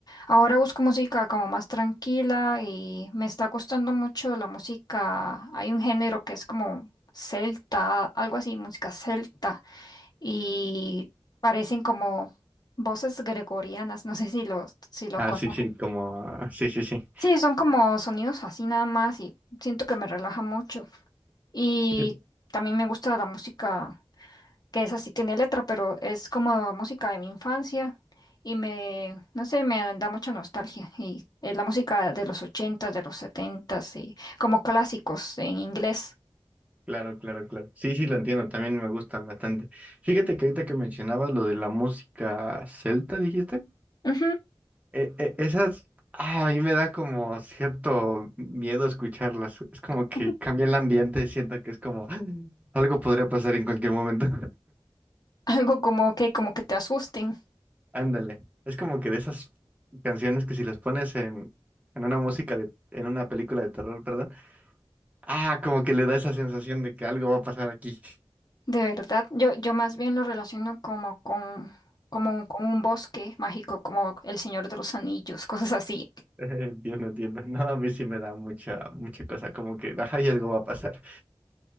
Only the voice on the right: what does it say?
Ah,
sí, sí, como, sí, sí, sí.
Fíjate-
Claro, claro, claro. Sí, sí, lo entiendo, también me gustan bastante. Fíjate que ahorita que mencionabas lo de la música celta, dijiste,
eh, eh, esas, ah, a mí me da como cierto miedo escucharlas. Es como
que cambia el ambiente, siento que es como "Ah, algo podría pasar en cualquier momento.
Ándale. Es como que de esas canciones que si las pones en, en una música de, en una película de terror, perdón, ah, como que le da esa sensación de que algo va a pasar aquí.
<laughs> Entiendo, entiendo. No, a mí sí me da mucha, mucha cosa, como que, ajá, y algo va a pasar.